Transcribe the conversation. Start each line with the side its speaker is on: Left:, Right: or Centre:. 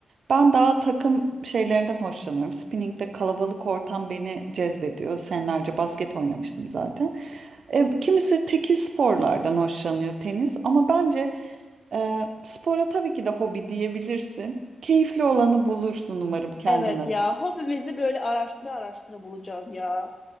Right: Ben daha takım şeylerinden hoşlanıyorum. Spinning'de kalabalık ortam beni cezbediyor. Senelerce basket oynamıştım zaten. E, kimisi tekil sporlardan hoşlanıyor, tenis ama bence ee, spora tabii ki de hobi diyebilirsin. Keyifli olanı bulursun umarım kendine.
Left: evet ya. Hobimizi böyle araştıra araştıra bulacağız ya.